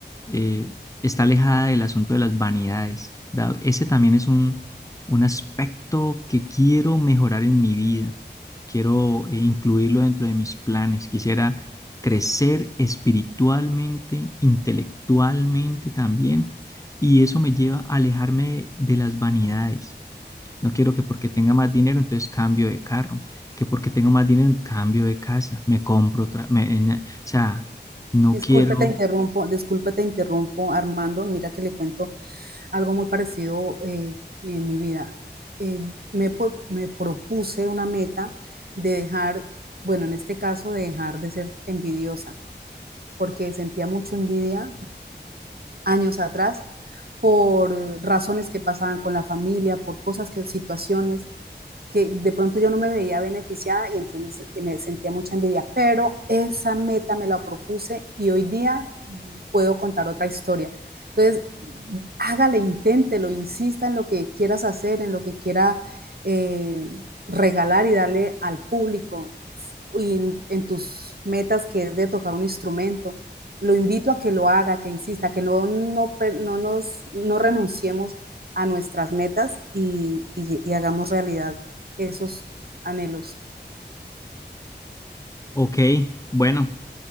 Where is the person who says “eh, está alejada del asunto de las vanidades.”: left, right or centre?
Left